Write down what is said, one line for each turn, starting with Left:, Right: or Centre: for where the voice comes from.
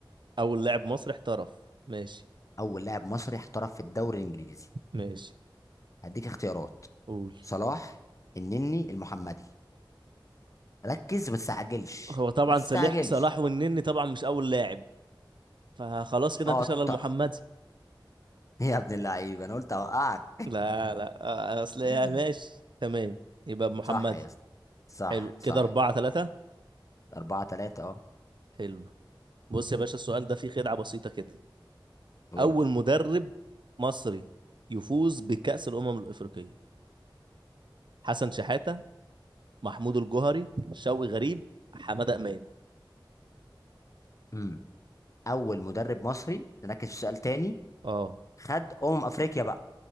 Right: اول لاعب مصري احترف ماشي
Left: اول لاعب مصري احترف في الدوري الانجليزي
Right: ماشي
Left: هديك اختيارات
Right: قول
Left: صلاح النني المحمدي ركز ما تستعجلش
Right: هو طبعا
Left: ما تستعجلش
Right: صلاح صلاح والنني طبعا مش اول لاعب فخلاص كده
Left: اه
Right: مفيش الا المحمدي
Left: طق <laughs> يا ابن اللعيبه انا قلت اوقعك
Right: لا لا اصل يا
Left: <laughs>
Right: ماشي تمام يبقى المحمدي
Left: صح يا اسطى صح
Right: حلو
Left: صح
Right: كده أربعة ثلاثة
Left: أربعة تلاتة اه
Right: حلو بص يا باشا السؤال ده فيه خدعة بسيطة كده
Left: قول
Right: أول مدرب مصري يفوز بكأس الأمم الأفريقية حسن شحاتة محمود الجوهري شوقي غريب حمادة إمام
Left: لي اول مدرب مصري نركز في سؤال تاني
Right: اه
Left: خد امم افريقيا بقى